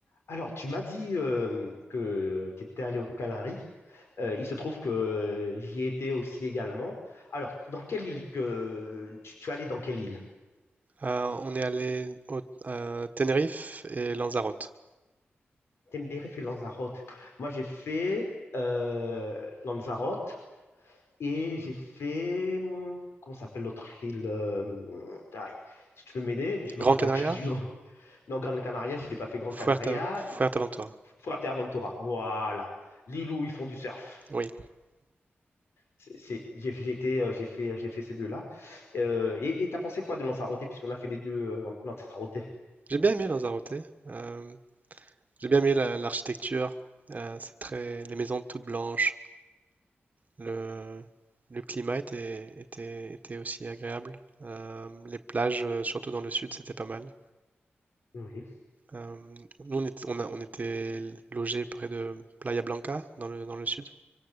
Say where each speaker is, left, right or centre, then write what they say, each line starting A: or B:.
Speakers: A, on the left (about 85°); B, on the right (about 40°).
A: Alors, tu m'as dit euh, que tu étais allé aux Canaries. Euh, il se trouve que j'y étais aussi également. Alors, dans quelle île que tu, tu es allé dans quelle île?
B: Euh, on est allé au à Tenerife et Lanzarote.
A: Tenerife et Lanzarote. Moi, j'ai fait euh, Lanzarote et j'ai fait hum, comment s'appelle l'autre île? euh, hum, aïe, si tu veux m'aider, je me
B: Grand
A: rappelle
B: Canaria,
A: <laughs> plus du nom. Non, Gran Canaria, je n'ai pas fait Gran Canaria.
B: Fuerta- Fuerteventura.
A: Fuerteventura. Voilà, l'île où ils font du surf.
B: Oui,
A: C'est- c'est- j'ai j'ai été, euh, j'ai fait, j'ai fait ces deux-là. Euh, et et t'as pensé quoi de Lanzarote, puisqu'on a fait les deux euh, Lan- Lanzarote?
B: j'ai bien aimé Lanzarote. Euh, j'ai bien aimé la- l'architecture. Euh, c'est très, les maisons toutes blanches. Le, le climat était, était, était aussi agréable. Euh, les plages, euh, surtout dans le sud, c'était pas mal.
A: Oui,
B: Euh, nous, on était, on a- on était logés près de Playa Blanca, dans le, dans le sud.